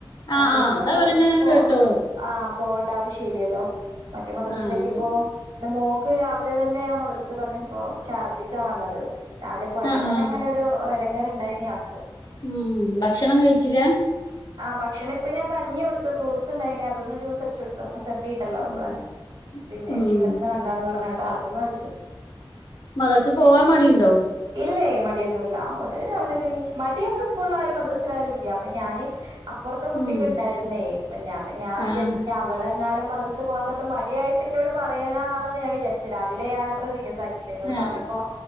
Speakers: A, on the right; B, on the left.
A: മറ്റേനമ്മള്പോ
B: ആഹ് ആഹ് അത് അവരന്നെ അങ്ങനെ കേട്ടോളും
A: ആഹ് പോവണ്ട ആവശ്യ ഇല്ലല്ലോ മറ്റേ മദ്രറസിലൊക്കെ
B: ആഹ്
A: ഇപ്പോ പിന്ന മോക്ക് രാവിലെ തന്നെ ഞാ മദ്രസ് പറഞ്ഞച്ചപ്പോഛർദ്ദിച്ചാ വന്നത് രാവിലെ പോയപ്പോ
B: ആഹ്
A: തന്നെ
B: ആഹ്
A: ഇങ്ങനെ ഒരു എടങ്ങേറ്ണ്ടായിഞ്ഞിയാക്ക്
B: ഉം ഭക്ഷണം കഴിച്ചില്ല
A: ആഹ് ഭക്ഷണ ഇപ്പോ ഞാൻ കഞ്ഞി കൊടുത്ത് ഫ്രൂട്ട്സ് ഉണ്ടയ്ന് അതൊന്ന് ജൂസടിച്ചുടു പ്പ മുസമ്പി ണ്ടല്ലോ നമ്മളെ
B: ഉം
A: പിന്നെ
B: ഉം
A: ക്ഷീണത്തിന് നല്ലന്ന് പറഞ്ഞിട്ട് അതൊന്നു അടിച്ചു
B: മദർസിപോവാമടിണ്ടോ
A: ഇല്ലേ മടിയൊന്നുഇല്ല അവര് രാവിലെക്കെ എണിച്ച് മടിയൊന്നും സ്കൂളിലായാലും മദ്രസിലായാലും ഇല്ലഅപ്പ ഞാന് അപ്പുറത്തെ കുട്ടിക്ക്
B: ഉം
A: ഇണ്ടായിരുന്നേ അപ്പഞാൻ
B: ആഹ്
A: വിചാരിച്ചഞ
B: ആഹ്
A: വളെങ്ങാനും മദ്രസ്പൊ വാത്തതൊണ്ട് മടിയായിട്ട് ഇ ന്നോട് പറയുന്നതാ ണൊ ന്ന് ഞാൻ വിചാരിച്ച രാവിലെ ഞാന അത്ര സീരിയസ് ആക് ള് ന്നൊട്
B: ആഹ്
A: പറഞ്ഞപ്പോ